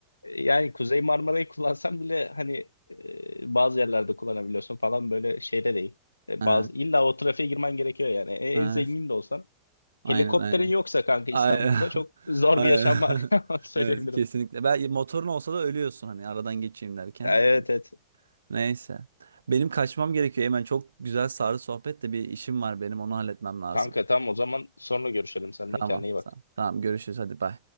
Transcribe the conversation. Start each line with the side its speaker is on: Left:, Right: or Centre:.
Left: Yani Kuzey Marmara'yı kullansan bile hani e, bazı yerlerde kullanabiliyorsun falan böyle şeyde değil. E,
Right: Ha,
Left: Bazı illa o trafiğe girmen gerekiyor yani. E,
Right: ha,
Left: En zengin de olsan
Right: aynen
Left: helikopterin
Right: aynen.
Left: yoksa kanka
Right: Aynen.
Left: İstanbul'da çok
Right: <laughs>
Left: zor
Right: Aynen.
Left: bir yaşam
Right: <laughs>
Left: var <laughs> Onu söyleyebilirim.
Right: Evet, kesinlikle. Ben motorun olsa da ölüyorsun hani aradan geçeyim derken.
Left: Ya, Evet
Right: Evet.
Left: evet.
Right: Neyse. Benim kaçmam gerekiyor hemen. Çok güzel sarı sohbet de bir işim var benim. Onu halletmem lazım.
Left: Kanka tamam o zaman sonra görüşelim seninle.
Right: Tamam.
Left: Kendine iyi bak.
Right: Tamam. Tamam. Görüşürüz. Hadi bay.